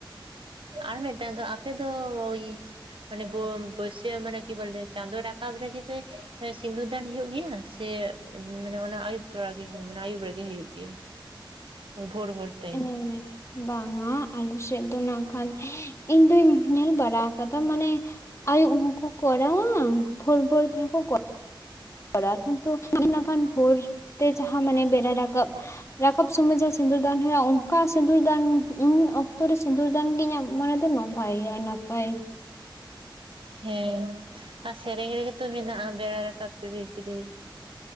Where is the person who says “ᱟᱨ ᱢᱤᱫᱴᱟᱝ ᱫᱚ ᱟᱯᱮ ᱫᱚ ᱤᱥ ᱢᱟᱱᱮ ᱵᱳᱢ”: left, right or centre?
Right